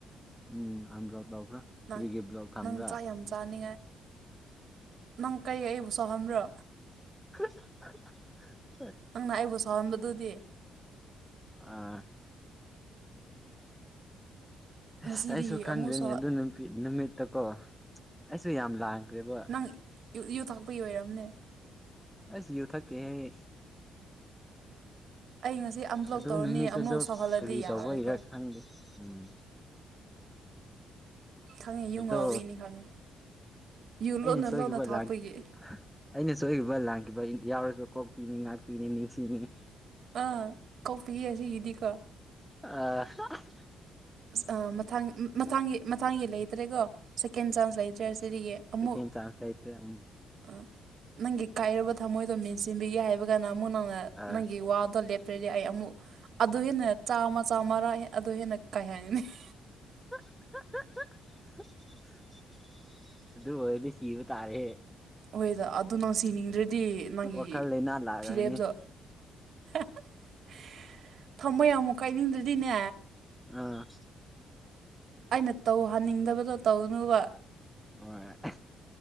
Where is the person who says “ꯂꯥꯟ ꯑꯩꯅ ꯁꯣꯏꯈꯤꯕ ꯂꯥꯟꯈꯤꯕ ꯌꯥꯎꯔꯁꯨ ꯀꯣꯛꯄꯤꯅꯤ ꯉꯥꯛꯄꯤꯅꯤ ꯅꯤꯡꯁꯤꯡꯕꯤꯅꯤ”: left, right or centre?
Centre